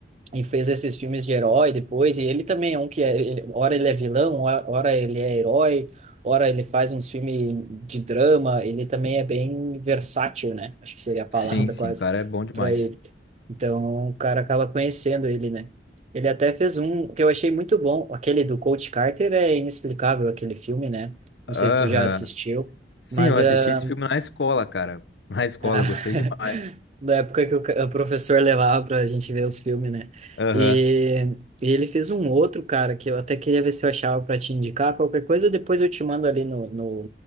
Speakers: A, on the right; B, on the left.
A: e fez esses filmes de herói depois, e ele também é um que é, ele, ora ele é vilão, ora, ora ele é herói, ora ele faz uns filmes de drama, ele também é bem versátil, né? Acho que seria a palavra
B: Sim, sim,
A: <laughs> quase
B: o cara é bom demais.
A: para ele. Então, o cara acaba conhecendo ele, né? Ele até fez um que eu achei muito bom, aquele do Coach Carter é inexplicável aquele filme, né? Não
B: Aham.
A: sei se tu já assistiu,
B: Sim,
A: mas
B: eu
A: ah,
B: assisti esse filme na escola, cara. Na escola,
A: ah,
B: gostei
A: <laughs>
B: demais.
A: da época que o, ca- o professor levava pra gente ver os filmes, né?
B: Aham.
A: E, e ele fez um outro, cara, que eu até queria ver se eu achava pra te indicar. Qualquer coisa, depois eu te mando ali no, no,